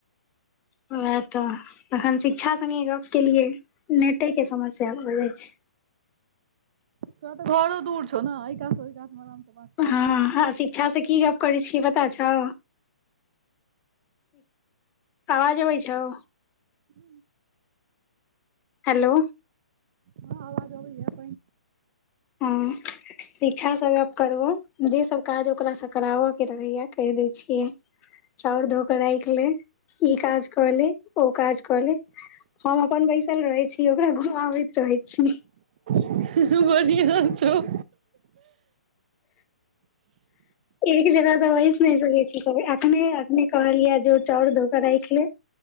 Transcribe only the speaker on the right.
तोरा तऽ घरो दूर छौ ने, कऽ ओ आराम बऽ?
ह
हँ, आवाज आबै यै।
बढ़िया छौ।